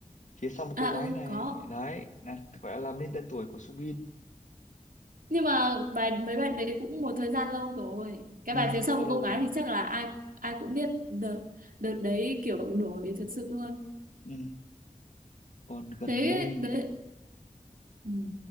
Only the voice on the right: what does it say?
à
ừ
có
nhưng mà bài mấy bài đấy cũng một thời gian lâu rồi cái
bài phía sau
một
cô gái
thì chắc là ai ai cũng biết đợt đợt đấy kiểu nổi thật sự luôn
thế
đấy ừ.